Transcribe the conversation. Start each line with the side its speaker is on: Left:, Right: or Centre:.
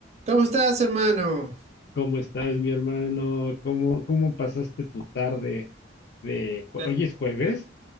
Right: ¿Cómo estás, hermano?
Left: ¿Cómo estás, mi hermano? ¿Cómo, cómo pasaste tu tarde de jue-
Right: Eh,
Left: hoy es jueves?